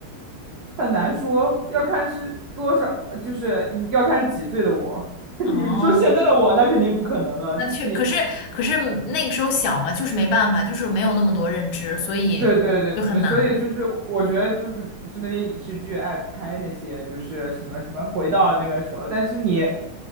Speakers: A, on the right; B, on the left.
A: 很难说，要看是多少，就是你要看是几岁的我。<laughs>
B: 哦，
A: 你你说现在的我，那肯定不可能了，
B: 那确，
A: 就是你
B: 可是可是那个时候小嘛，就是没办法，就是没有那么多认知，所以就很难。
A: 对对对，对所以就是我觉得就是不是那些影视剧爱拍那些就是什么什么回到那个时候，但是你